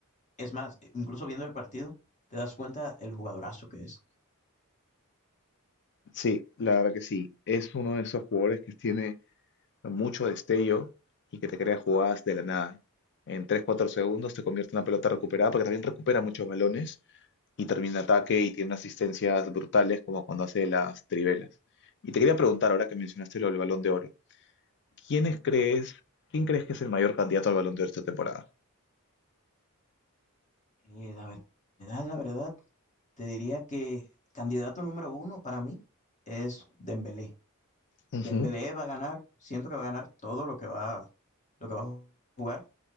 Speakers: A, on the left; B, on the left.
A: es más, e- incluso viendo el partido, te das cuenta el jugadorazo que es.
B: Sí, la verdad que sí. Es uno de esos jugadores que tiene mucho destello y que te crea jugadas de la nada. En tres cuatro segundos te convierte en una pelota recuperada porque también recupera muchos balones y termina ataque y tiene unas asistencias brutales como cuando hace las trivelas. Y te quería preguntar, ahora que mencionaste lo del Balón de Oro, ¿quiénes crees, quién crees que es el mayor candidato al Balón de Oro esta temporada?
A: Eh, la ver- verdad, la verdad, te diría que candidato número uno para mí es Dembélé.
B: Ujú.
A: Dembélé va a ganar, siento que va a ganar todo lo que va, lo que va a jugar,